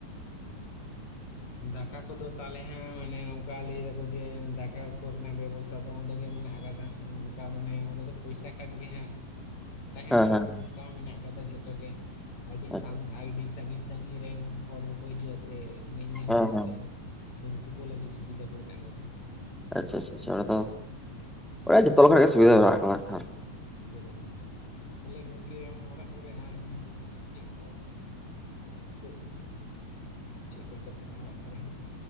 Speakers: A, on the left (about 80°); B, in the centre.
A: ᱫᱟᱠᱟ ᱠᱚᱫᱚ ᱛᱟᱞᱦᱮ ᱦᱟᱸᱜ ᱢᱟᱱᱮ ᱱᱚᱝᱠᱟ ᱞᱟᱹᱭ ᱫᱟᱠᱚ ᱡᱮ ᱫᱟᱠᱟ ᱠᱚᱨᱮᱱᱟᱜ ᱵᱮᱵᱚᱥ ᱛᱟ ᱫᱚ ᱚᱸᱰᱮ ᱜᱮ ᱢᱮᱱᱟᱜ ᱟᱠᱟᱫᱟ ᱚᱱᱠᱟ ᱢᱟᱱᱮ ᱚᱸᱰᱮ ᱫᱚ ᱯᱚᱭᱥᱟ ᱠᱷᱟᱱ ᱜᱮ ᱦᱟᱸᱜ
B: <inaudible>
A: ᱛᱟᱦᱮᱸ ᱞᱟᱹᱜᱤᱫ
B: ᱦᱮᱸ
A: ᱵᱮᱵᱚᱥᱛᱟ ᱦᱚᱸ ᱢᱮᱱᱟᱜ ᱟᱠᱟᱫᱟ ᱡᱚᱛᱚ ᱜᱮ ᱟᱹᱰᱤ
B: ᱦᱮᱸ
A: ᱥᱟᱝ ᱟᱹᱰᱤ ᱥᱟᱺᱜᱤᱧ ᱥᱟᱺᱜᱤᱧ ᱨᱮᱱ ᱦᱚᱲ ᱠᱚᱠᱚ ᱦᱤᱡᱩᱜᱼᱟ ᱥᱮ ᱧᱮᱧᱮᱞ
B: ᱦᱮᱸ
A: ᱞᱟᱹᱜᱤᱫ
B: ᱦᱮᱸ
A: ᱛᱮ ᱛᱚ ᱩᱝᱠᱩ ᱠᱚ ᱞᱟᱹᱜᱤᱫ᱾ ᱥᱩᱵᱤᱫᱟ ᱠᱚ ᱢᱮᱱᱟᱜ ᱟᱠᱟᱫᱟ ᱾
B: ᱟᱪᱪᱷᱟ ᱟᱪᱪᱷᱟ ᱪᱷᱟ ᱚᱱᱟᱫᱚ ᱚᱱᱟ ᱡᱚᱛᱚ ᱞᱮᱠᱟᱱᱟᱜ ᱜᱮ ᱥᱩᱵᱤᱫᱷᱟ ᱢᱮᱱᱟᱜ ᱟᱠᱟᱫᱟ ᱦᱟᱸᱜ ᱠᱷᱟᱱ᱾
A: ᱮᱠᱫᱚᱢ ᱮᱫᱚᱢ ᱛᱟᱞᱦᱮ ᱜᱚᱝᱠᱮ ᱟᱢᱟᱜ ᱚᱲᱟᱜ ᱠᱚ ᱨᱮ ᱟᱢ ᱢᱟᱱᱮ ᱪᱮᱜ ᱠᱚ ᱱᱤᱛᱚᱜ ᱪᱮᱜ ᱠᱚ ᱪᱟᱞᱟᱜ ᱠᱟᱱᱟ ᱚᱲᱟᱜ ᱠᱚᱨᱮ?